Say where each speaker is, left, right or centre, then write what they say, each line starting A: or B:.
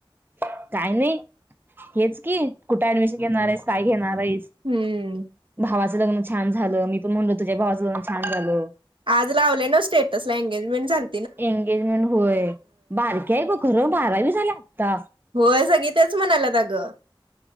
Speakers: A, on the right; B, on the right.
A: काय नाही, हेच की कुठे ऍडमिशन घेणार आहेस काय घेणार? <unintelligible>
B: हम्म
A: भावाचं लग्न छान झालं, मी पण म्हणलो तुझ्या भावाचं लग्न छान झालं.
B: आज लावले न्हव स्टेटस ला एंगेजमेंट झाल
A: इंगेजमेंट होय बारकी हाय बघ खरं बारावी झाल्या आत्ता
B: होय सगळी तेच म्हणाल्यात अगं